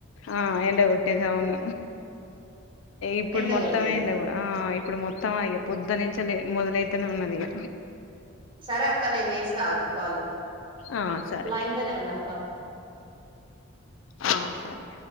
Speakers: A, on the left (about 70°); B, on the right (about 25°).
A: ఆ ఎండ కొట్టేది అవును ఇప్పుడు
B: ఎండగొట్టేది
A: మొత్తమే ఎండకు ఆ ఆ ఇప్పుడు మొత్తమ ఇగ పొద్ద నుంచి లే మొదలైతనే ఉన్నది ఇగ
B: సరే అక్క నేను చేస్తా ఆగు కాల్
A: ఆ సరే
B: లైన్ లోనే ఉండక్క
A: ఆ సరే